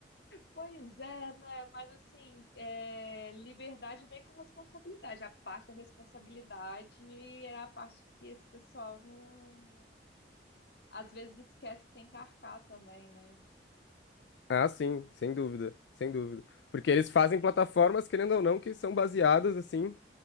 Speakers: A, on the left; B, on the left.
A: Pois é, né? Mas assim, é, liberdade vem com responsabilidade. A parte da responsabilidade é a parte que esse pessoal não às vezes esquece que tem que arcar também, né?
B: Ah, sim, sem dúvida, sem dúvida. Porque eles fazem plataformas, querendo ou não, que são baseadas, assim,